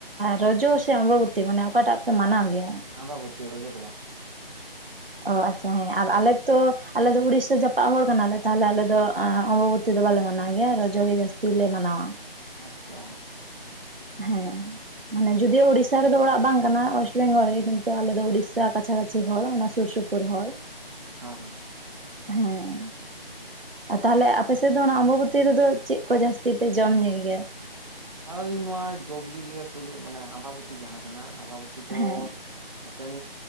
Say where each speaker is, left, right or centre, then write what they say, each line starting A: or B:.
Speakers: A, on the right; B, on the right.
A: ᱨᱚᱡᱚ ᱥᱮ ᱚᱢᱵᱚᱵᱚᱛᱤ ᱢᱟᱱᱮ ᱚᱠᱟᱴᱟᱜ ᱯᱮ ᱢᱟᱱᱟᱣ ᱜᱮᱭᱟ?
B: ᱟᱢᱵᱟᱵᱚᱛᱤ ᱨᱚᱡᱚ ᱫᱚ ᱵᱟᱝ᱾
A: ᱚ ᱟᱪᱪᱷᱟ ᱦᱮᱸ ᱟᱨ ᱟᱞᱮ ᱛᱚ ᱟᱞᱮ ᱫᱚ ᱩᱲᱤᱥᱥᱟ ᱡᱟᱯᱟᱜ ᱦᱚᱲ ᱠᱟᱱᱟᱞᱮ ᱛᱟᱦᱚᱞᱮ ᱟᱞᱮ ᱫᱚ
B: ᱦᱮᱸ
A: ᱟᱸᱼᱼ ᱚᱢᱵᱚᱵᱚᱛᱤ ᱫᱚ ᱵᱟᱞᱮ ᱢᱟᱱᱟᱣ ᱜᱮᱭᱟ, ᱨᱚᱡᱚ ᱜᱮ ᱡᱟᱹᱥᱛᱤ ᱞᱮ ᱢᱟᱱᱟᱣᱟ᱾
B: ᱟᱪᱪᱷᱟ
A: ᱦᱮᱸ ᱢᱟᱱᱮ ᱡᱩᱫᱤᱭᱳ ᱩᱲᱤᱥᱥᱟ ᱨᱮᱫᱚ ᱚᱲᱟᱜ ᱵᱟᱝ ᱠᱟᱱᱟ ᱭᱮᱥᱴ ᱵᱮᱝᱜᱚᱞ ᱨᱮᱜᱮ ᱠᱤᱱ ᱛᱚ ᱟᱞᱮ ᱫᱚ ᱩᱲᱤᱥᱥᱟ ᱠᱟᱪᱷᱟ - ᱠᱟᱪᱷᱤ ᱦᱚᱲ ᱚᱱᱟ ᱥᱩᱨ - ᱥᱩᱯᱩᱨ ᱦᱚᱲ᱾
B: ᱦᱮᱸ ᱦᱮᱸ
A: ᱦᱮᱸ ᱟ ᱛᱟᱦᱞᱮ ᱟᱯᱮ ᱥᱮᱫ ᱫᱚ ᱚᱱᱟ ᱟᱸᱵᱟᱸᱼᱼ ᱛᱤ ᱨᱮᱫᱚ ᱪᱮᱫ ᱠᱚ ᱡᱟᱹᱥᱛᱤ ᱯᱮ ᱡᱚᱢ ᱧᱩᱭ ᱜᱮᱭᱟ?
B: ᱳᱭ ᱱᱚᱣᱟ ᱡᱚᱼᱵᱤᱞᱤ ᱜᱮ ᱯᱳᱭᱞᱳ ᱢᱟᱱᱮ ᱟᱸᱵᱟᱸ ᱵᱩᱛᱤ ᱡᱟᱦᱟᱸ ᱠᱟᱱᱟ ᱟᱸᱵᱟᱸᱵᱚᱛᱤ ᱫᱚᱼᱼ
A: ᱦᱮᱸ
B: ᱢᱤᱫᱴᱟᱱ